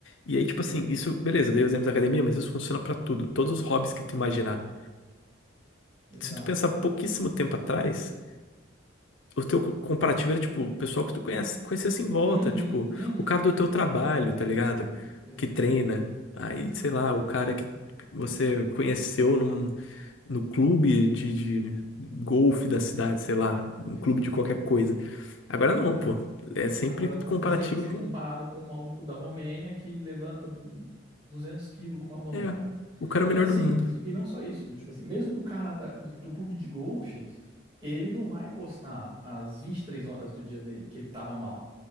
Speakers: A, on the left; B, on the right.
A: E aí, tipo assim, isso, beleza, eu dei o exemplo da academia, mas isso funciona pra tudo, todos os hobbies que tu imaginar.
B: exato.
A: Se tu pensar pouquíssimo tempo atrás. o teu co- comparativo era, tipo, o pessoal que tu conhece, conhecesse em volta,
B: Uhum,
A: tipo,
B: uhum,
A: o cara do teu trabalho, tá ligado?
B: exatamente,
A: Que treina. Aí, sei lá, o cara que você conheceu num, no clube de, de golfe da cidade, sei lá, um
B: exato.
A: clube de qualquer coisa. Agora não, pô. É sempre
B: Agora você
A: comparativo
B: tá sempre se
A: com,
B: comparado com um maluco da Romênia que levanta 200 quilos com uma mão,
A: é,
B: cara.
A: o cara
B: E
A: melhor
B: é assim,
A: do mundo.
B: e não só isso, do tipo assim, mesmo um cara da- do, do clube de golfe. Ele não vai postar as 23 horas do dia dele que ele tava mal.